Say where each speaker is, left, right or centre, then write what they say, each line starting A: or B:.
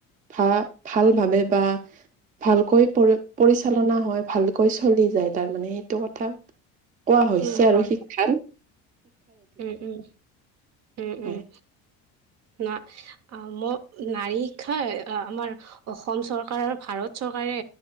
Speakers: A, on the right (about 25°); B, on the right (about 50°).
A: ভা ভাল ভাবে বা ভালকৈ পৰি পৰিচালনা হয় ভালকৈ চলি যায় তাৰমানে সেইটো কথা কোৱা হৈছে
B: উম,
A: আৰু
B: হয়,
A: শিক্ষা
B: হয়, উম, উম, উম,
A: হয়
B: উম, না আ ম, নাৰী শিক্ষাই আমাৰ অসম চৰকাৰ আৰু ভাৰত চৰকাৰে